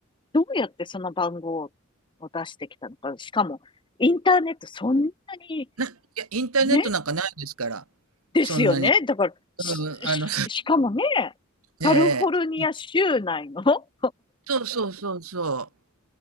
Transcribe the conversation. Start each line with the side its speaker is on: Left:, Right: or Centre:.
Left: どうやってその番号を出してきたのか。しかも、インターネットそんなに、
Right: う。な、いや、インターネットなんかないですから、
Left: ね、ですよね。
Right: そんなに。
Left: だから、し、
Right: うん、
Left: し、
Right: あの
Left: しかもね、カリフォルニア州内の
Right: <laughs> ええ
Left: <laughs>
Right: そうそうそうそう。